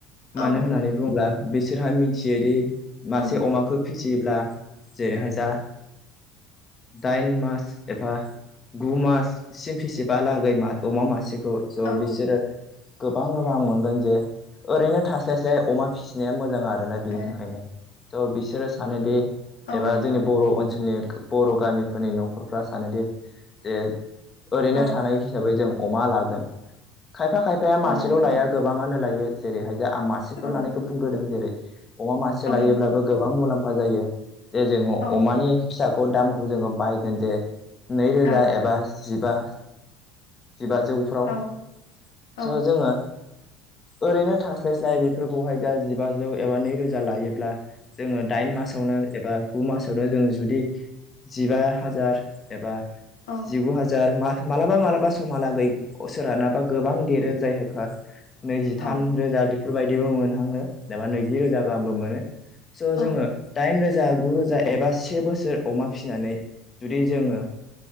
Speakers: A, on the left; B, on the left.
A: औ
B: मानो होननानै बुङोब्ला बिसोरहा मिथियो दि मासे
A: औ
B: अमाखौ फिसियो फिलियोब्ला जेरैहाय जा दाइन मास एबा गु माससिम फिसिबालागै अमा मासेखौ ज' ज'
A: औ
B: बिसोरो गोबां रां मोनगोन जे ओरैनो थास्लायस्लाय अमा फिसिनाया मोजां आरो आरोना बिनि
A: औ
B: थाखायनो थ बिसोरो सानोदि
A: औ
B: एबा
A: नंगौ
B: जोंनि बर' ओनसोलनि बर' गामिफोरनि न'खरफ्रा सानोदि जे ओरैनो
A: औ
B: थानाय हिसाबै जों अमा लागोन खायफा खायफाया मासेल'
A: औ नंगौ
B: लाया गोबाङानो लायो जेरैहाय जा आं मासेफोर
A: औ
B: लानायखौ बुंग्रोदों जेरै अमा मासे
A: औ
B: लायोब्लाबो
A: नंगौ
B: गोबां मुलाम्फा जायो जे जोंङो
A: औ
B: अमानि फिसाखौ दाम खौ जों बाहायगोन जे नै रोजा
A: औ
B: एबा जिबा जिबा जौफ्राव
A: औ औ
B: स' जोङो ओरैनो थास्लाय स्लाय बेफोरखौहाय जा जिबाजौ एबा नै रोजा लायोब्ला जोङो दाइन मासावनो एबा गु मासावनो जों जुदि जिबा हाजार एबा
A: औ
B: जिगु हाजार मा मालाबा मालाबा समहालागै सोरानाबा गोबां देरो जायफ्रा नैजिथाम
A: औ
B: रोजा बेफोरबायदिबो मोनहाङो एबा नैजि रोजा गाहामबो मोनो। स'
A: औ
B: जोङो दाइन रोजा गुरोजा एबा से बोसोर अमा फिसिनानै जुदि जोङो